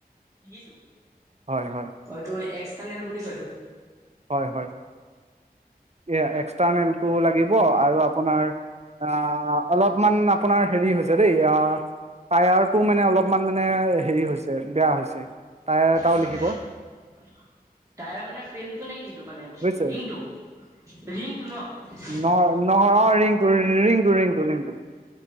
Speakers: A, on the right; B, on the right.
A: ডিগিটো।
B: হয় হয়।
A: হয়টো, এক্সটাৰ্নেল বুলি কয়, এইটো।
B: হয় হয়। এইয়া
A: আৰু
B: এক্সটাৰ্নেলটো লাগিব আৰু আপোনাৰ অ', অলপমান আপোনাৰ হেৰি হৈছে দেই, অ'। টায়াৰটো মানে অলপমান মানে হেৰি হৈছে, বেয়া হৈছে। টায়াৰ এটাও
A: তায়াৰ
B: লিখিব
A: মানে, ফ্ৰেমটো নে কিটো! মানে বস্তুটো
B: বুজিছে
A: ৰিংটো। ৰিংটো ন'।
B: নহয় নহয়, অ', ৰিংটো ৰিংটো, ৰিংটো ৰিংটো।